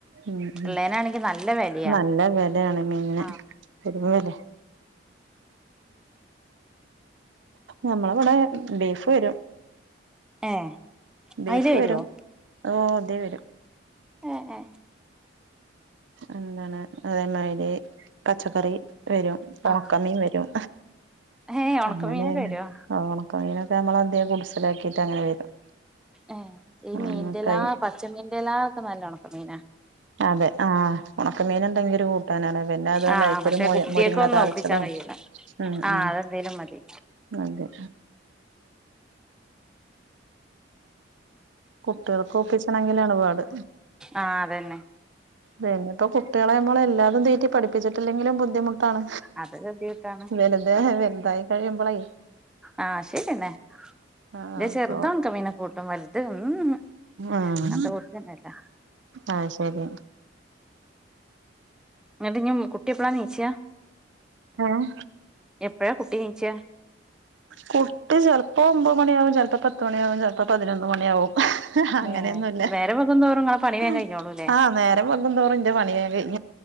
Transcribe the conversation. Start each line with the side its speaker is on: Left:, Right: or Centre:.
Right: ഉം ഉം
Centre: പിള്ളേനാണെങ്കി നല്ല വെലയാ
Right: നല്ല വിലയാണ് മീനിൻ
Centre: ആഹ്
Right: പെരുംവെലെ നമ്മളവിടെ ബീഫ് വരും
Centre: ഏ
Right: ബീഫ്
Centre: അയില് വരുവോ
Right: വരും ഓ ഇത്യേ വരും
Centre: എഹെ
Right: എന്താണ് അതേമാതിരി പച്ചക്കറി വരും ഉണക്കമീൻ
Centre: ആഹ്
Right: വരും
Centre: ഏഹ് ഒണക്കമീനൊക്കെ
Right: അങ്ങനെ
Centre: വരുവോ
Right: ഓണം കയ്യിനതൊക്കെ നമ്മളദ്യേ ഗുഡ്സിലാക്കിയിട്ട്ങ്ങനെ വരും
Centre: ഏ ഈ
Right: അങ്ങനൊക്കായി
Centre: മീൻന്റെല്ലാ പച്ചമീന്റെല്ലാ ഒക്കെ നല്ലോണക്ക മീനാ
Right: അതെ ആഹ് ഉണക്കമീനുണ്ടെങ്കിൽ ഒരു കൂട്ടാനാണ് പിന്നെ അതുല്ലാ
Centre: ആഹ്
Right: അയക്കൊരു
Centre: പക്ഷെ
Right: മോ
Centre: കുട്ടികക്കൊന്നും
Right: മുരിങ്ങ താളിച്ചതോ
Centre: ഒപ്പിച്ചാൻ കഴിയൂല
Right: ഉം
Centre: ആഹ്
Right: ഉം
Centre: അതെന്തേലും മതി
Right: അതെ കുട്ടികൾക്ക് ഒപ്പിച്ചണങ്കിലാണ്പാട്
Centre: ആഹ് അതന്നെ
Right: പിന്നെ ഇപ്പോ കുട്ടികളെ നമ്മള് എല്ലാതും തീറ്റി പഠിപ്പിച്ചിട്ടില്ലെങ്കിലും ബുദ്ധിമുട്ട് ട്ടാണ്
Centre: അത് ഗതികെട്ടാണ്
Right: വലുത വലുതായി കഴിയുമ്പോളയി
Centre: ആഹ് ശരിന്നെ
Right: ആഹ്
Centre: ന്റെ
Right: അപ്പൊ
Centre: ചെറുത് ഒണക്കമീനൊക്കെ കൂട്ടും വലുത് ഉം ഹും അഅങ്ങനത്തെ
Right: ആഹ്
Centre: പറ്റന്നല്ല
Right: ആഹ് ശരിയാ
Centre: എന്നിട്ട്ഞ് മ് കുട്ടി എപ്പളാണീച്ച
Right: ഏഹ്
Centre: എപ്പഴാ കുട്ടി നീച്ച
Right: കുട്ടി ചിലപ്പോ ഒമ്പത് മണിയാവും ചിലപ്പോ പത്ത് മണിയാവും ചിലപ്പോ പതിനൊന്ന് മണിയാവും ഹ്ഹ അങ്ങനെയൊന്നുല്ല
Centre: ഏ നേരം വെകുന്തോറും ഇങ്ങളെ പണി വേം
Right: ഹേ
Centre: കഴിഞ്ഞോളൂല്ലേ
Right: ആഹ നേരം വെഗുംൻതോറും ഇന്റെ പണിവേം കയ്യും